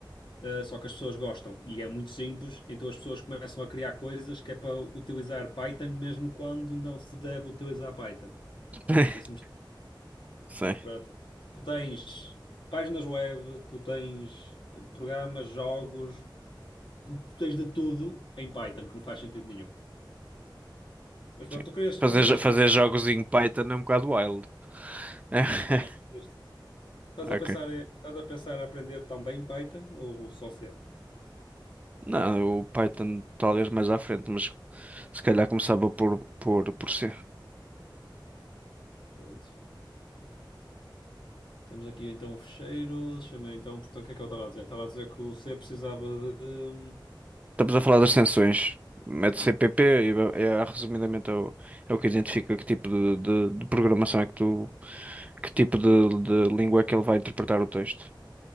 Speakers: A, on the left (about 70°); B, on the right (about 15°).
A: Uh, só que as pessoas gostam e é muito simples, então as pessoas começam a criar coisas que é para utilizar Python mesmo quando não se deve utilizar Python. Não
B: <laughs>
A: sei se me...
B: Sim,
A: Pronto. Tu tens páginas web, tu tens eh, programas, jogos, tu tu tens de tudo em Python, que não faz sentido nenhum. Mas pronto,
B: sim.
A: tu querias,
B: Fazer,
A: tu ias
B: jo- fazer
A: querer...
B: jogos em Python é um bocado wild. <laughs>
A: Não, mas isto- estás
B: Ok.
A: a pensar, em- estás a pensar em aprender também Python ou só C?
B: Não, o Python talvez mais à frente, mas se calhar começava por, por, por C.
A: Pronto. Temos aqui então o fecheiro. Deixa-me então, portanto, o que é que eu estava a dizer? Estava a dizer que o C precisava de. hum,
B: Estamos a falar das sanções. Mete C P P e é, é, resumidamente é o, é o que identifica que tipo de, de- de programação é que tu, que tipo de, de língua é que ele vai interpretar o texto.